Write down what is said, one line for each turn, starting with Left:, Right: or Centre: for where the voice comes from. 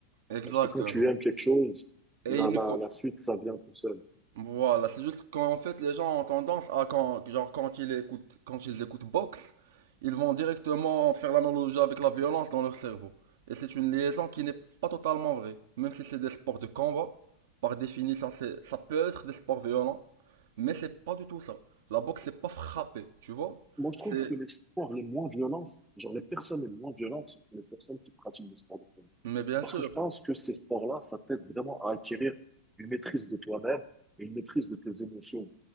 Right: Exactement.
Centre: Parce que quand tu aimes quelque chose,
Right: Et
Centre: la,
Right: il ne
Centre: la,
Right: faut,
Centre: la suite, ça vient tout seul.
Right: Voilà, c'est juste qu'en fait les gens ont tendance à quand genre quand ils écoutent quand ils écoutent boxe, ils vont directement faire l'analogie avec la violence dans leur cerveau. Et c'est une liaison qui n'est pas totalement vraie. Même si c'est des sports de combat, par définition, c'est ça peut être des sports violents, mais c'est pas du tout ça. La boxe c'est pas frapper, tu vois?
Centre: Moi, je trouve
Right: C'est
Centre: que les sports les moins violents, genre les personnes les moins violentes, ce sont les personnes qui pratiquent des sports de combat.
Right: mais bien
Centre: Parce
Right: sûr,
Centre: que je pense que ces sports-là, ça t'aide vraiment à acquérir une maîtrise de toi-même et une maîtrise de tes émotions.